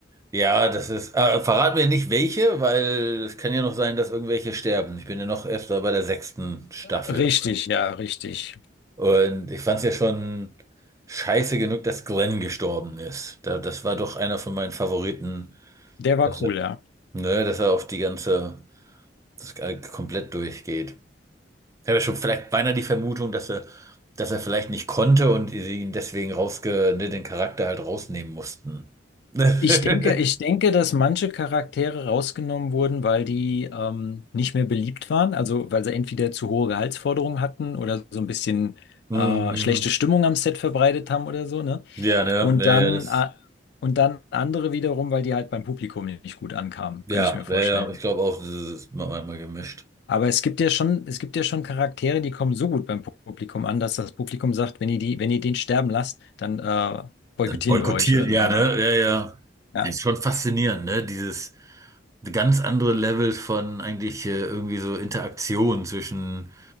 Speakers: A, on the right; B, on the left.
A: Ja, das ist. Ah, verrat mir nicht welche, weil es kann ja noch sein, dass irgendwelche sterben. Ich bin ja noch erst bei der sechsten Staffel.
B: Richtig, ja, richtig.
A: Und ich fand es ja schon scheiße genug, dass Glenn gestorben ist. Da, das war doch einer von meinen Favoriten,
B: Der war
A: dass
B: cool,
A: er,
B: ja.
A: ne, dass er auf die ganze, das komplett durchgeht. Ich habe ja schon vielleicht beinahe die Vermutung, dass er, dass er vielleicht nicht konnte und sie ihn deswegen rausge, ne, den Charakter halt rausnehmen mussten. <laughs>
B: Ich denke, ich denke, dass manche Charaktere rausgenommen wurden, weil die ähm, nicht mehr beliebt waren. Also weil sie entweder zu hohe Gehaltsforderungen hatten oder so ein bisschen
A: Mhm.
B: äh, schlechte Stimmung am Set verbreitet haben oder so, ne?
A: Ja, ne,
B: Und
A: wäre
B: dann,
A: ja das,
B: äh, und dann andere wiederum, weil die halt beim Publikum nicht gut ankamen,
A: ja,
B: könnte ich mir vorstellen.
A: wäre ja, ich glaube auch, das ist mal einmal gemischt.
B: Aber es gibt ja schon, es gibt ja schon Charaktere, die kommen so gut beim Publikum an, dass das Publikum sagt, wenn ihr die, wenn ihr den sterben lasst, dann äh, boykottieren
A: Dann boykottieren,
B: wir euch oder
A: ja,
B: so,
A: ne?
B: ne?
A: Ja,
B: Ja.
A: ja. Ist schon faszinierend, ne? Dieses ganz andere Level von eigentlich äh, irgendwie so Interaktion zwischen